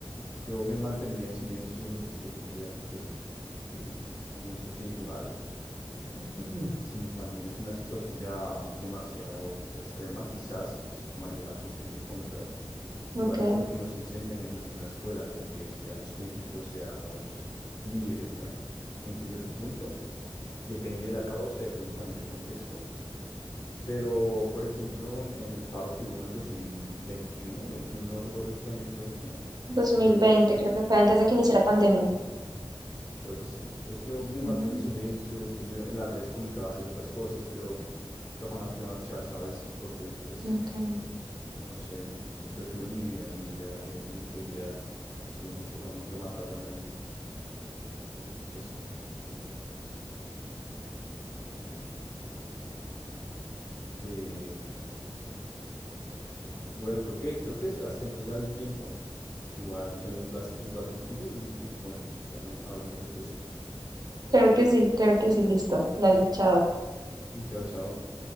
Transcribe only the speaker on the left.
yo me mantendría en silencio y me protegería, pues mm, pienso que igual <clears throat> Sí, también es una situación ya demasiado extrema, quizás si tomaría una posición en contra. Igual
es lo que nos enseñan en, el- en la escuela, como que seamos críticos, seamos líderes, ¿no? Entiendo tu punto. Depende de la causa, depende también del contexto. Pero, por ejemplo, en en el paro que hubo en el 2021, ¿eh? No, no recuerdo en qué año fue. <laughs>
Yo
Creo que sí. Pues yo me
mantuve en silencio, pues yo en las redes publicaba ciertas cosas, pero, pero jamás fui a marchar, ¿sabes? Porque, pues,
no sé, prefiero mi vida, mi vida, eh, mi integridad, porque si hubo mucho joven que lo mataron ahí. Entonces, pues sí. Eh, bueno, creo que, creo que es- hasta ahí nos da el tiempo. Igual fue un placer jugar contigo y bueno, si algo hablamos despuesito.
<laughs> Chao, chao.